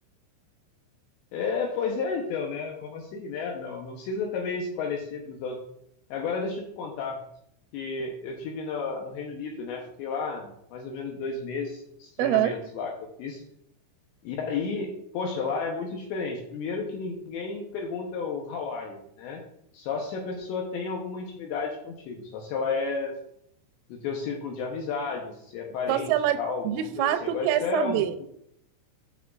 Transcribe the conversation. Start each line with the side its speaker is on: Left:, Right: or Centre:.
Left: É, pois é, então, né? Como assim, né? Não, não precisa também esclarecer para os outros. Agora, deixa eu te contar que eu tive no, no Reino Unido, né? Fiquei lá mais ou menos dois meses nos treinamentos
Right: Aham.
Left: lá que eu fiz. E aí, poxa, lá é muito diferente. Primeiro que ninguém pergunta o how are you, né? Só se a pessoa tem alguma intimidade contigo, só se ela é do teu círculo de amizade, ou se é parente
Right: Só se ela
Left: e tal, alguma
Right: de
Left: coisa
Right: fato
Left: assim. Agora,
Right: quer
Left: isso
Right: saber.
Left: é um,